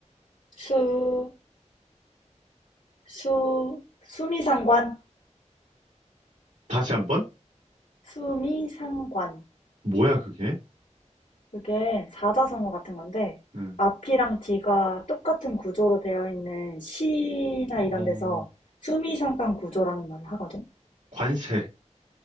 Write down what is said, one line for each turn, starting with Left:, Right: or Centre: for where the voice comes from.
Left: 수, 수, 수미상관.
Right: 다시 한번?
Left: 수미상관.
Right: 뭐야, 그게?
Left: 그게 사자성어 같은 건데,
Right: 응.
Left: 앞이랑 뒤가 똑같은 구조로 되어 있는 시나
Right: 어,
Left: 이런 데서 수미상관 구조라는 말을 하거든?
Right: 관세,